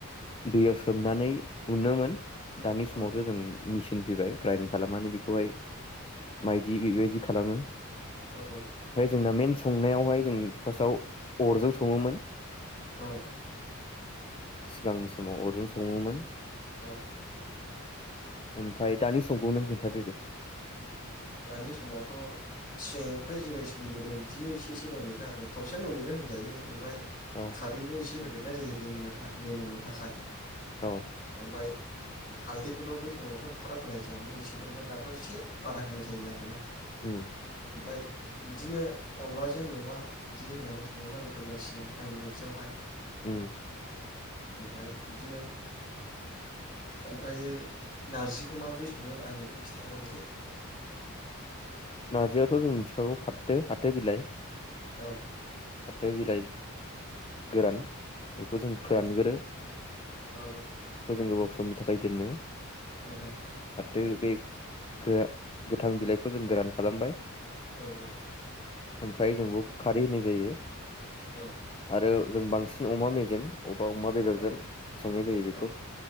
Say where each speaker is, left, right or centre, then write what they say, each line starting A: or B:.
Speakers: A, on the left; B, on the left.
A: दैयाव सोमनानै उनोमोन दानि
B: औ
A: समावथो जों मेचिन फैबाय। ग्राइम खालामनानै बेखौहाय मायदि बेबायदि खालामो।
B: औ
A: है जोंना मेनस संनायावहाय जों फार्स्टआव अरजों सङोमोन।
B: औ।
A: सिगांनि समाव अरजों सङोमोन।
B: औ।
A: ओमफ्राय दानि समखौ नों खोन्थादो दे।
B: दानि समावथ' सिगांनिफ्राय जिरै सोलिबोदों बिदिनो एसे एसे दंदेरो आरो खावसेयानो दंदेरो होनजायो। ओमफ्राय
A: औ
B: खारैबो एसे होद लेरनाय जायो रिमोननो था रिमोननो थाखाय।
A: औ
B: ओमफाय हालदैखौथ' बै टाइमावथ' एफाराब होनाय जायामोन एसेल' ओमफ्राय दाथ' एसे बारा होनाय जा जायो आरोना।
A: उ।
B: ओमफ्राय बिदिनो अनलाजों मेवा बिदि होननानै सङोबा गोथाव जासिनो आंनि बायदियावहाय।
A: उह
B: ओमफ्राय बिदिनो ओमफ्रायो नारजिखौ माबोरै सङो आंनो बेखौ खिन्थाहरदो दे
A: नार्जियाथ जों मिथिखागौ फाथो-फाथो बिलाइ।
B: औ।
A: फाथो बिलाइ गोरान। बेखौ जों फोरानग्रो
B: औ औ
A: <unintelligible> उननि थाखाय दोननो
B: उम
A: बे-बे गो-गोथां बिलाइखौ जों गोरान खालामबाय।
B: औ- औ
A: ओमफ्राय जों बेयाव खारै होनाय जायो।
B: औ
A: आरो जों बांसिन अमा मेजेम अबावबा अमा बेदरजों
B: औ
A: संनाय जायो बेखौ।
B: औ